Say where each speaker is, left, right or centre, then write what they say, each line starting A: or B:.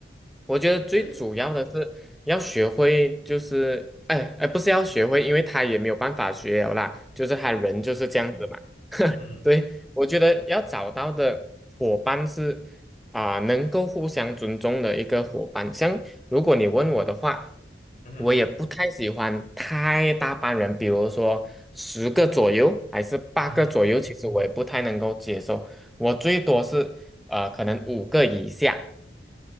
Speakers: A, in the centre; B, on the left (about 50°).
A: 我觉得最主要的是要学会，
B: 对，
A: 就是哎哎，不是要学会，因为他也没有办法学了啦，就是他人就是这样子嘛。<laughs>
B: 嗯，
A: 对，我觉得要找到的伙伴是啊、能够互相尊重的一个伙伴。像如果你问我的话，
B: 嗯哼，
A: 我也不太喜欢太大班人，比如说十个左右还是八个左右，
B: 嗯哼。
A: 其实我也不太能够接受。我最多是呃，可能五个以下。